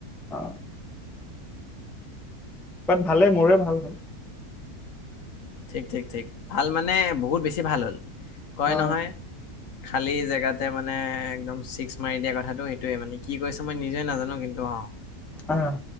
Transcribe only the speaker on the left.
ঠিক ঠিক ঠিক ভাল মানে বহুত বেছি ভাল হ'ল কয়
নহয়। খালি জেগাতে মানে একদম চিক্স মাৰি দিয়া কথাটো সেইটোয়ে মানে। কি কৰিছ মই নিজে নাজানো কিন্তু অ